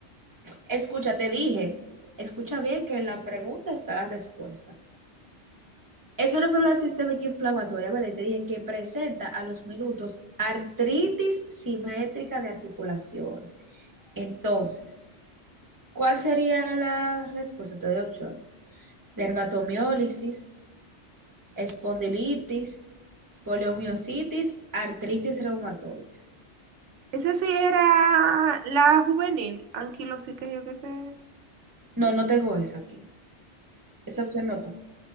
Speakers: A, on the right; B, on the right.
A: Escucha, te dije, escucha bien que en la pregunta está la respuesta. Es una enfermedad sistémica inflamatoria, ¿verdad? Y te dije que presenta a los minutos artritis simétrica de articulaciones. Entonces, ¿cuál sería la respuesta? Te doy opciones. Dermatomiólisis, espondilitis, poliomiositis, artritis reumatoide.
B: Esa sí era la juvenil, anquilosica, yo qué sé.
A: No, no tengo esa aquí. Esa opción no está.